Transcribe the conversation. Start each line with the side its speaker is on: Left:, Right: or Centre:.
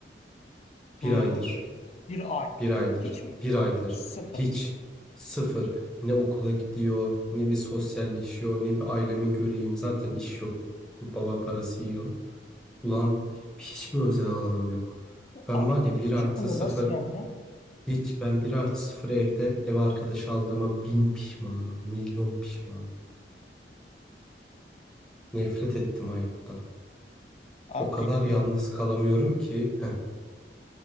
Left: Hmm,
Centre: Bir aydır.
Left: bir ay.
Centre: Bir aydır,
Left: Hiç mi?
Centre: bir aydır
Left: Sıfır.
Centre: hiç sıfır ne okula gidiyor ne bir sosyalleşiyor ne bir ailemi göreyim zaten iş yok baba parası yiyor. Ulan hiç mi özel alanım yok? Ben
Left: Abi
Centre: var
Left: hiç
Centre: ya bir
Left: mi
Centre: artı
Left: çıkmıyor?
Centre: sıfır
Left: Nasıl yani ya?
Centre: hiç ben bir artı sıfır evde ev arkadaşı aldığıma bin pişmanım milyon pişmanım. Nefret ettim hayattan.
Left: Abi
Centre: O kadar yalnız
Left: pe-
Centre: kalamıyorum ki. Heh.